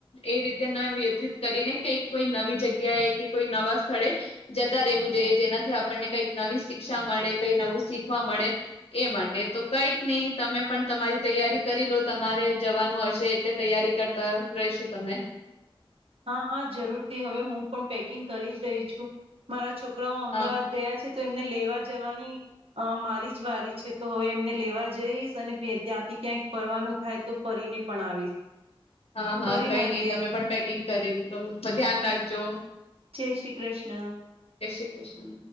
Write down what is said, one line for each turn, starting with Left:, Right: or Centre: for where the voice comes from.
Left: એ રીતે ના વ્યતિત કરીને કઈક કોઈ નવી જગ્યાએ કે કોઈ નવા સ્થળે, જતા રહેવું જોઈએ. જેનાથી આપણને કંઈક નવી શિક્ષા મળે કઈ નવું શીખવા મળે એ માટે. તો કઈક નહી તમે પણ તમારી તૈયારી કરી લો તમારે જવાનું હશે એટલે તૈયારી કરતા રશો તમે.
Right: હા હા જરૂરથી હવે હું પણ પેકિંગ કરી જ રહી છું, મારા છો કરાઓ અમદાવાદ
Left: હા
Right: ગયા છે તો એમને લેવા જવાની અહ મારી જ વારી છે. તો હવે એમને લેવા જઈશ અને ફેર ત્યાંથી ક્યાંક ફરવાનું થાય તો ફરીને પણ આવીશ.
Left: હા હા
Right: ફરી
Left: કઈ
Right: મળીએ
Left: નઈ તમે પણ પેકિંગ કરીલો, ધ્યાન રાખજો.
Right: જય શ્રી કૃષ્ણા.
Left: જય શ્રી કૃષ્ણ